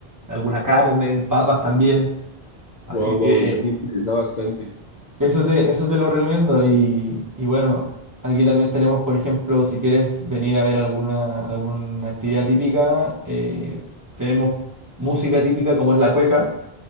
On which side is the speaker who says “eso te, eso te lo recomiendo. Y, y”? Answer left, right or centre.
Right